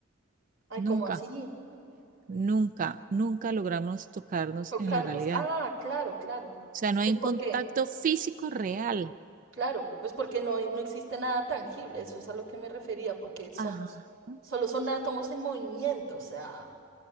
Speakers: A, on the right; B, on the right.
A: Ay,
B: nunca,
A: ¿cómo así?
B: nunca, nunca logramos tocarnos
A: Tocarlos.
B: en la realidad.
A: Ah, claro, claro.
B: O sea, no hay
A: Pues
B: un
A: porque,
B: contacto físico real.
A: claro, pues porque no, hay- no existe nada tangible, eso es a lo que me refería, porque somos,
B: Ajá.
A: solo son átomos en movimiento, o sea,